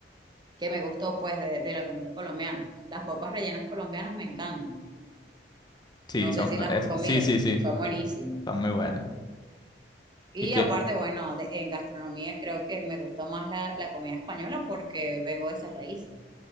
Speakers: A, on the right; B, on the left.
A: que me gustó pues de, de la comida colombiana. Las papas rellenas colombianas me encantan.
B: Sí,
A: No sé
B: son,
A: si las
B: es-
A: has comido,
B: sí, sí, sí,
A: son buenísimas.
B: sí, Están muy buenas.
A: Y
B: Y que,
A: aparte, bueno, de- en gastronomía creo que me gusta más la, la comida española porque vengo de esas raíces.